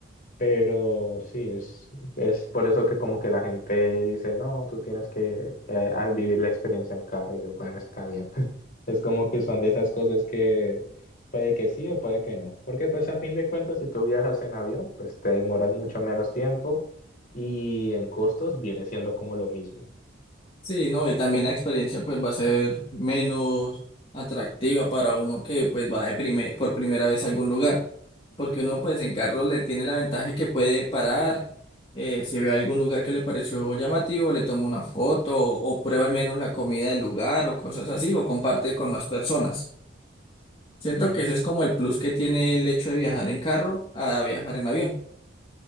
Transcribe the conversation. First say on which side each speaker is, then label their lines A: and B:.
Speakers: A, on the left (about 45°); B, on the left (about 30°).
A: Pero sí, es, es por eso que como que la gente dice, no, tú tienes que eh, a- vivir la experiencia en carro. Y yo, bueno, está bien. <laughs> Es como que son de esas cosas que puede que sí o puede que no. Porque pues a fin de cuentas, si tú viajas en avión, pues te demoras mucho menos tiempo y en costos viene siendo como lo mismo.
B: Sí, no, y también la experiencia pues va a ser menos atractiva para uno que pues va de primer, por primera vez a algún lugar, porque uno pues en carro le tiene la ventaja que puede parar, eh, si ve algún lugar que le pareció llamativo, le toma una foto o, o prueba al menos la comida del lugar o cosas así, o comparte con más personas. Siento
A: Mm.
B: que ese es como el plus que tiene el hecho de viajar en carro a viajar en avión.